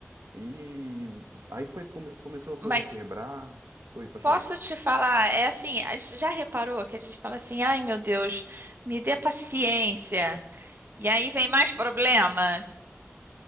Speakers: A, on the right; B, on the right.
A: e aí foi come- começou a
B: Mas
A: coisa a quebrar. Oi, pode
B: Posso
A: falar.
B: te falar, é assim, a gente já reparou que a gente fala assim, ai meu Deus, me dê paciência. E aí vem mais problema.